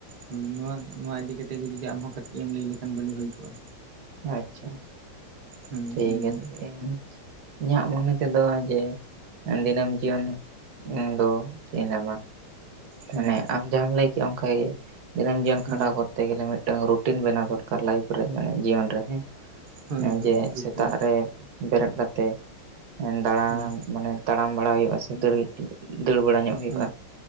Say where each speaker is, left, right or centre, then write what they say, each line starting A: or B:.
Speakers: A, on the right; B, on the right.
A: ᱦᱳᱭ ᱱᱚᱣᱟ ᱱᱚᱣᱟ ᱤᱫᱤ ᱠᱟᱛᱮ ᱠᱚ ᱡᱩᱫᱤ ᱟᱢᱦᱚᱸ ᱠᱟᱹᱴᱤᱡ ᱮᱢ ᱞᱟᱹᱭ ᱞᱮᱠᱷᱟᱱ ᱵᱷᱟᱹᱞᱤ ᱦᱩᱭ ᱠᱚᱜᱼᱟ᱾
B: ᱟᱪᱪᱷᱟ᱾
A: ᱦᱮᱸ
B: ᱴᱷᱤᱠ
A: ᱞᱟᱹᱭ
B: ᱜᱮᱭᱟ
A: ᱵᱮᱱ
B: ᱛᱚᱵᱮ ᱤᱧ ᱤᱧᱟᱹᱜ ᱢᱚᱱᱮ ᱛᱮᱫᱚ ᱡᱮ ᱫᱤᱱᱟᱹᱢ ᱡᱤᱭᱚᱱ ᱤᱧ ᱫᱚ ᱪᱮᱫ ᱤᱧ ᱞᱟᱢᱟ
A: ᱦᱮᱸ
B: ᱢᱟᱱᱮ ᱟᱢ ᱡᱟᱦᱟᱸᱟᱢ ᱞᱟᱹᱭ ᱠᱮᱜ ᱚᱝᱠᱟᱜᱮ ᱫᱤᱱᱟᱹᱢ ᱡᱤᱭᱚᱱ
A: ᱦᱳᱭ
B: ᱠᱷᱟᱸᱰᱟᱣ ᱠᱚᱨ ᱛᱮ ᱜᱮᱞᱮ ᱢᱤᱫᱴᱟᱝ ᱨᱩᱴᱤᱱ ᱵᱮᱱᱟᱣ ᱫᱚᱨᱠᱟᱨ ᱞᱟᱭᱤᱯᱷ ᱨᱮ ᱢᱟᱱᱮ ᱡᱤᱭᱚᱱ ᱨᱮ ᱦᱮᱸ,
A: ᱦᱳᱭ ᱦᱳᱭ
B: ᱡᱮ
A: ᱨᱩᱴᱤᱱ
B: ᱥᱮᱛᱟᱜ ᱨᱮ ᱵᱮᱨᱮᱫ ᱠᱟᱛᱮᱜ ᱫᱟᱬᱟᱱ
A: ᱦᱳᱭ
B: ᱢᱟᱱᱮ ᱛᱟᱲᱟᱢ ᱵᱟᱲᱟ ᱦᱩᱭᱩᱜᱼᱟ ᱥᱮ ᱫᱟᱹᱲ ᱠᱟᱹᱴᱤᱡ ᱫᱟᱹᱲ ᱵᱟᱲᱟ ᱧᱚᱜ ᱦᱩᱭᱩᱜᱼᱟ
A: ᱦᱳᱭ᱾